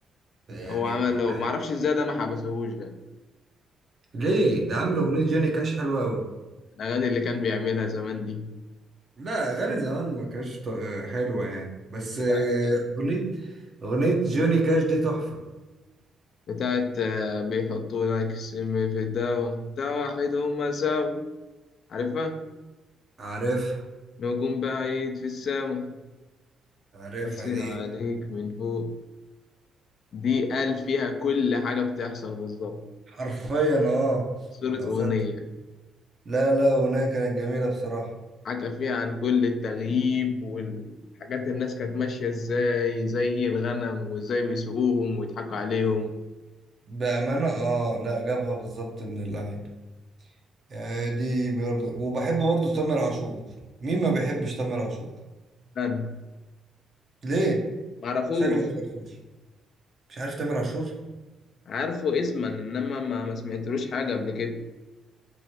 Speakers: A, on the right; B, on the left.
A: يعني
B: هو عمل
A: بحب.
B: معرفش إزاي ده ما حبسهوش ده
A: ليه ده عامل اغنية جوني كاش حلوة قوي
B: الأغاني اللي كان بيعملها زمان دي
A: لا اغاني زمان ما كانتش ط- حلوة يعني بس
B: بتاعت
A: آه، اغنية اغنية جوني كاش دي تحفة
B: بتاعت آه، بيحطوا لك سم في الدواء بتاع واحد هما سوا عارفها
A: عارفها
B: نجوم بعيد في السما
A: عارفها
B: باصين
A: دي
B: عليك من فوق دي قال فيها كل حاجة بتحصل بالظبط
A: حرفيا اه
B: صورة
A: لو
B: أغنية
A: خدت لا لا اغنية كانت جميلة بصراحة
B: حكى فيها عن كل التغييب والحاجات الناس كانت ماشية ازاي زي الغنم وازاي بيسوقوهم ويضحكوا عليهم
A: بأمانة اه لا جابها بالظبط من اللعيبة يعني دي برضه وبحب برضه تامر عاشور مين ما بيحبش تامر عاشور
B: أنا
A: ليه
B: معرفوش
A: شكلك فرفوش مش عارف تامر عاشور
B: عارفه اسما إنما ما ما سمعتلوش حاجة قبل كده